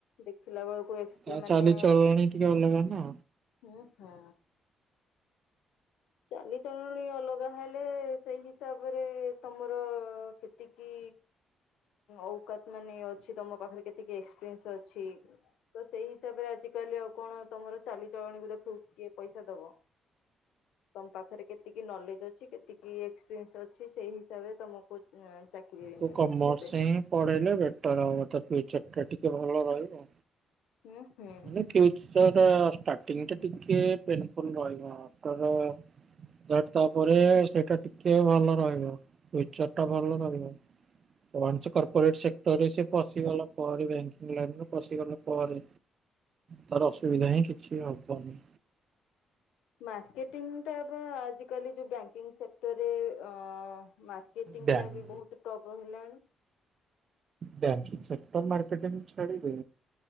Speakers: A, on the left; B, on the right.
A: ଦେଖିଲା ବେଳକୁ ଏକ୍ସପି
B: ତା
A: ମାନେ
B: ଚାଲିଚଳଣି ଟିକେ ଅଲଗା ନା
A: ହୁଁ ହୁଁ ଚାଲିଚଲଣି ଅଲଗା ହେଲେ ସେଇ ହିସାବରେ ତମର ସେତିକି ଅଉକାତ ମାନେ ଅଛି ତମ ପାଖରେ କେତିକ ଏକ୍ସପ୍ରିଏର୍ନସ ଅଛି ତ ସେଇ ହିସାବରେ ଆଜିକାଲି ଆଉ କଣ ତମର ଚାଲିଚଲଣିକୁ ଦେଖ କିଏ ପଇସା ଦବ ତମ ପାଖରେ କେତିକି ନଲେଜ ଅଛି କେତିକି ଏକ୍ସପିରିଏନ୍ସ ଅଛି ସେଇ ହିସାବରେ ତମକୁ ଚାକିରି
B: ତୁ କମର୍ସ
A: ଦେବେ
B: ହିଁ ପଢେଇଲେ ବେଟର ହବ ତ ପିଚ ଟା ଟିକେ ଭଲ ରହିବ
A: ହୁଁ ହୁଁ
B: ମାନେ ଫି୍ୟୁଚର ଷ୍ଟାଟିଙ୍ଗି ଟିକେ ପେନଫୁଲ ରହିବ ତାର ତାପରେ ସେଇଟା ଟିକେ ଭଲ ରହିବ ଫି୍ୟୁଚର ଟା ଭଲ ରହିବ ୱାନସ କର୍ପୋରେଟ ସେକ୍ଟର ରେ ସେ ପଶିଗଲା ପରେ ବ୍ୟାଙ୍କିଙ୍ଗ ଲାଇନ ପଶଗଲା ପରେ ତାର ଅସୁବିଧା ହିଁ କିଛି ହବନି
A: ମାର୍କେଟିଂ ଟା ବା ଆଜିକାଲି ଯୋଉ ବ୍ୟାଙ୍କିଙ୍ଗ ସେକ୍ଟରରେ ଆଁ ମାର୍କେଟିଂଟା
B: ବ୍ୟାଙ୍କ
A: ବି ବହୁତ ଟପ୍ ରହିଲାଣି
B: ବ୍ୟାଙ୍କିଙ୍ଗ ସେକ୍ଟର ମାର୍କେଟିଙ୍ଗ ଛାଡିଦେ